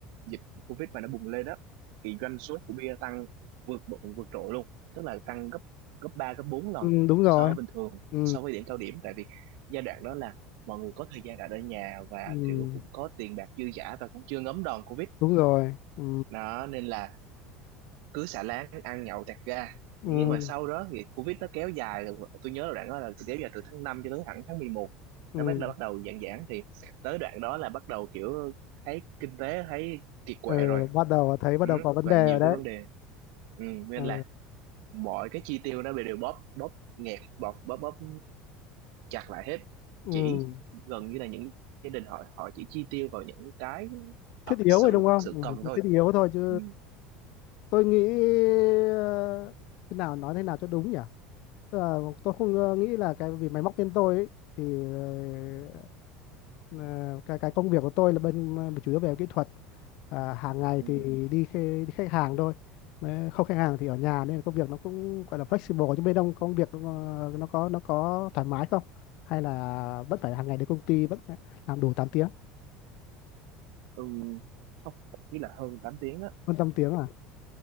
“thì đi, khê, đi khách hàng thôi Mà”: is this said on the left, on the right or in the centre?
Left